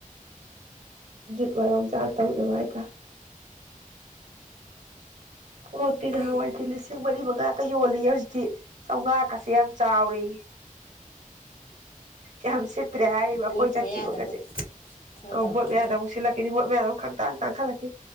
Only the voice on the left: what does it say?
ꯃꯣꯏ
ꯕꯣꯠ
ꯃꯌꯥꯗ ꯑꯃꯨꯛ ꯈꯔ
ꯇꯧꯔꯛꯈꯤꯗ꯭ꯔꯥ